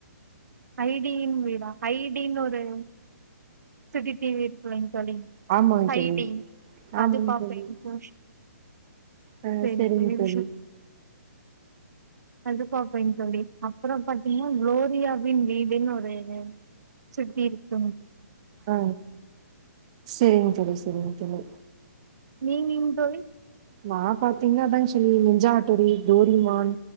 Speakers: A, on the right; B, on the right.
A: ஹைடியின் வீடா ஹைடின் ஒரு சுட்டி டி வி இருக்குல்லைங் தோழி
B: ஆமாங்க
A: ஹைடி
B: தோழி. ஆமாங்க
A: அது பாப்பேங்
B: தோழி.
A: <unintelligible>
B: ஆ
A: சேரி
B: சரிங்க தோழி.
A: <unintelligible> அது பாப்பேங் தோழி அப்புறம் பாத்தீங்னா குளோரியாவின் வீடுன்னு ஒரு சுட்டி இருக்கு
B: அ செரிங்க தோழி செரிங்க தோழி
A: நீங்கிங் தோழி
B: நா பாத்திங்னா அதாங் சொல்லி நிஞ்சா ஹட்டோரி டோரிமான்